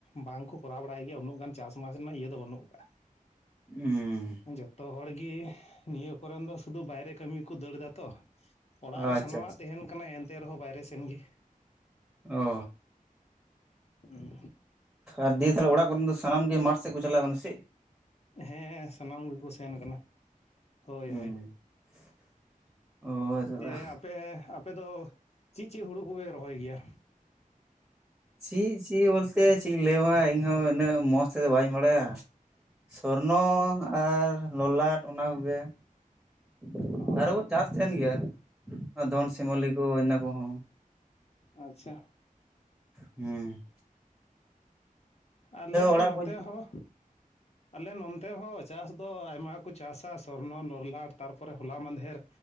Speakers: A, on the left; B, in the centre.
A: ᱵᱟᱝ ᱠᱚ ᱠᱚᱨᱟᱣ ᱵᱟᱲᱟᱭ ᱜᱮᱭᱟ, ᱩᱱᱟᱹᱜ ᱜᱟᱱ ᱪᱟᱥ-ᱢᱟᱥ ᱨᱮᱱᱟᱜ ᱤᱭᱟᱹ ᱫᱚ ᱵᱟᱹᱱᱩᱜ ᱠᱟᱜ-ᱟ᱾
B: ᱦᱩᱸᱻ
A: ᱡᱷᱚᱛᱚ ᱦᱚᱲ ᱜᱮ ᱱᱤᱭᱟᱹ ᱠᱚᱨᱮᱱ ᱫᱚ ᱥᱩᱫᱷᱩ ᱵᱟᱭᱨᱮ ᱠᱟᱹᱢᱤ ᱠᱚ ᱫᱟᱹᱲ ᱫᱟ ᱛᱚ, ᱚᱲᱟᱜ ᱨᱮ
B: ᱟᱪᱪᱷᱟ
A: ᱥᱟᱱᱟᱢᱟᱜ
B: ᱟᱪᱪᱷᱟ
A: ᱛᱟᱦᱮᱱ ᱠᱟᱱᱟ ᱮᱱᱛᱮ ᱨᱮᱦᱚᱸ ᱵᱟᱭᱨᱮ ᱥᱮᱱ ᱜᱮ᱾
B: ᱚ᱾
A: ᱦᱩᱸᱻ
B: ᱟᱨ ᱫᱤᱭᱮ ᱛᱟᱦᱞᱮ ᱚᱲᱟᱜ ᱠᱚᱨᱮᱱ ᱫᱚ ᱥᱟᱱᱟᱢ ᱜᱮ ᱢᱟᱴᱷ ᱥᱮᱫ ᱠᱚ ᱪᱟᱞᱟ ᱠᱟᱱᱟ ᱥᱮᱜ?
A: ᱦᱮᱸ, ᱥᱟᱱᱟᱢ ᱜᱮᱠᱚ ᱥᱮᱱ ᱠᱟᱱᱟ᱾ ᱦᱳᱭ
B: ᱦᱩᱸ
A: ᱦᱳᱭ᱾
B: ᱚ᱾ ᱫᱟᱫᱟ
A: ᱫᱤᱭᱮ ᱟᱯᱮ ᱟᱯᱮ ᱫᱚ, ᱪᱮᱫ ᱪᱮᱫ ᱦᱩᱲᱩ ᱠᱚ ᱯᱮ ᱨᱚᱦᱚᱭ ᱜᱮᱭᱟ?
B: ᱪᱮᱜ ᱪᱮᱜ ᱵᱚᱞᱛᱮ ᱪᱮᱜ ᱤᱧ ᱞᱟᱹᱭ ᱟᱢᱟ? ᱤᱧᱦᱚᱸ ᱩᱱᱟᱹᱜ ᱢᱚᱸᱡᱽ ᱛᱮᱫᱚ ᱵᱟᱹᱧ ᱵᱟᱲᱟᱭᱟ᱾ ᱥᱚᱨᱱᱚ ᱟᱨ ᱞᱚᱞᱟᱴ ᱚᱱᱟ ᱠᱚᱜᱮ ᱾
A: ᱚ
B: ᱟᱨᱚ ᱪᱟᱥ ᱛᱟᱦᱮᱱ ᱜᱮᱭᱟ, ᱚᱱᱟ ᱫᱷᱚᱱ ᱥᱤᱢᱚᱞᱤ ᱠᱚ ᱦᱳᱭ-ᱚᱱᱟ ᱠᱚᱦᱚᱸ᱾
A: ᱟᱪᱪᱷᱟ᱾
B: ᱦᱩᱸ᱾
A: ᱟᱞᱮ
B: ᱚᱲᱟᱜ
A: ᱱᱚᱛᱮ
B: ᱠᱚ
A: ᱦᱚᱸ ᱟᱞᱮ ᱱᱚᱱᱛᱮ ᱦᱚᱸ ᱪᱟᱥ ᱫᱚ ᱟᱭᱢᱟ ᱠᱚ ᱪᱟᱥᱟ ᱥᱚᱨᱱᱚ ᱞᱚᱨᱞᱟᱴ, ᱛᱟᱨᱯᱚᱨᱮ ᱦᱚᱞᱟ ᱢᱟᱫᱷᱮᱨ